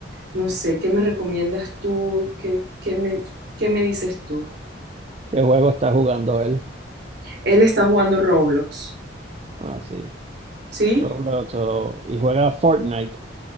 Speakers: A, on the right (about 60°); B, on the right (about 35°).
A: no sé, ¿qué me recomiendas tú? ¿Qué, qué me, qué me dices tú?
B: ¿Qué juego está jugando él?
A: Él está jugando Roblox,
B: Ah, sí.
A: ¿sí?
B: Roblox o- y juega Fortnite.